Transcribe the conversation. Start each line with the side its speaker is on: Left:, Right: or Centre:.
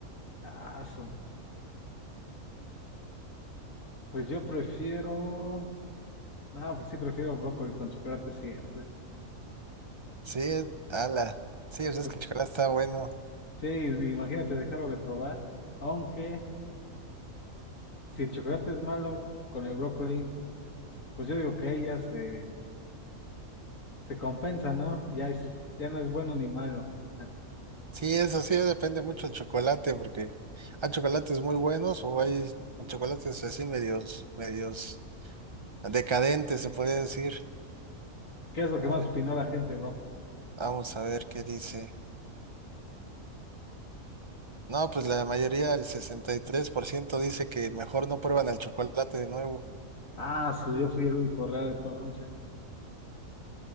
Left: Ah, su- pues yo prefiero. No, pues sí, prefiero brócoli con chocolate siempre.
Right: Sí, ala. Sí, o sea,
Left: Por-
Right: es que el chocolate está bueno.
Left: Sí, imagínate dejarlo de probar. Aunque si el chocolate es malo con el brócoli, pues yo digo que ahí ya se, se compensa, ¿no? Ya, es- ya no es bueno ni malo. <laughs>
Right: Sí, eso sí, depende mucho del chocolate, porque hay chocolates muy buenos o hay chocolates así medios, medios decadentes, se podría decir.
Left: ¿Y qué es lo
Right: A
Left: que más
Right: ver,
Left: opinó la gente, bro?
Right: vamos a ver qué dice. No, pues la mayoría, el 63% dice que mejor no prueban el chocolate de nuevo.
Left: Ah, su, yo fui el único raro entonces.